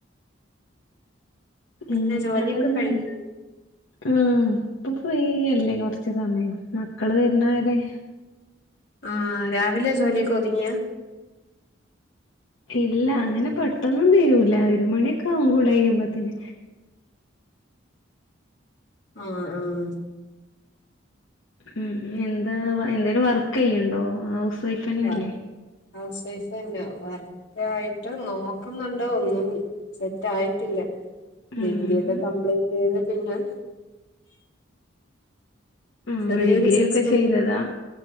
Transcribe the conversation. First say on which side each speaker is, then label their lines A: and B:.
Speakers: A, on the left; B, on the left.
A: പിന്നെ
B: ങ്ങള്
A: ജോലിയൊക്കെ കഴിഞ്ഞോ
B: ഉം പ്പൊ ഫ്രീയല്ലേ കൊറച് സമയം മക്കള് വരുന്നവരെ.
A: ആഹ് രാവിലെ ജോലിയൊക്കെ ഒതുങ്ങിയാ.
B: ഇല്ല അങ്ങനെ പെട്ടന്നും തീരൂല ഒരു മണിയൊക്കെ ആവും കുള്യയ്യുമ്പോത്തിന്.
A: ആഹ് ആഹ്.
B: ഉം എന്താ എന്തേലും വർക്കെയ്യ്ണ്ടോ ഹൗസ് വൈഫെന്നല്ലേ.
A: വർക്ക് ഹൗസ് വൈഫന്ന വർക്കായിട്ട് നോക്കുന്നുണ്ട് ഒന്നും. സെറ്റായിട്ടില്ല
B: ഉം
A: ഡിഗ്രി ഒക്കെ കംപ്ലീറ്റ് ചെയ്ത് പിന്നെ.
B: ആഹ്
A: ചെറിയൊരു
B: ഡിഗ്രി
A: സിക്സ്
B: ഒക്കെ
A: മന്ത്‌
B: ചെയ്തതാ